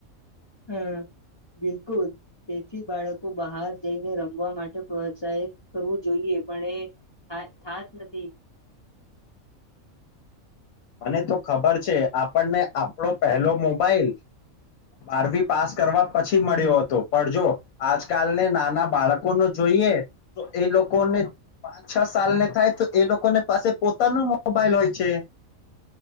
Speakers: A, on the left; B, on the left.
A: હમ્મ બિલકુલ તેથી બાળકો બહાર જઈને રમવા માટે પ્રોત્સાહિત કરવું જોઈએ પણ એ થ થાત નથી.
B: મને તો ખબર છે આપણને આપણો પહેલો મોબાઈલ બારમી પાસ કરવા પછી મળ્યો
A: હમ
B: હતો. પડજો આજકાલને નાના બાળકો ન જોઈએ તો એ લોકોને પાંચ છ સાલને થાય તો એ લોકોને પાસે પોતાનો મોબાઈલ હોય છે.